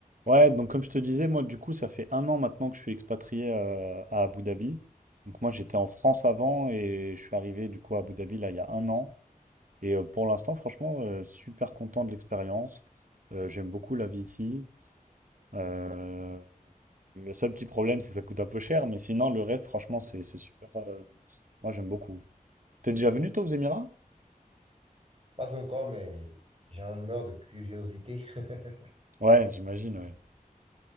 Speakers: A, on the right; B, on the right.
A: Ouais, donc comme je te disais, moi du coup, ça fait un an maintenant que je suis expatrié euh, à Abu Dhabi. Donc moi j'étais en France avant et je suis arrivé du coup à Abu Dhabi là il y a un an. Et euh, pour l'instant, franchement, euh, super content de l'expérience. Euh, j'aime beaucoup la vie ici. Euh, le seul petit problème, c'est que ça coûte un peu cher, mais sinon le reste, franchement, c'est c'est super. euh, moi j'aime beaucoup. T'es déjà venu toi aux Émirats?
B: Pas encore, mais j'en meurs de curiosité. <laughs>
A: Ouais, j'imagine, ouais.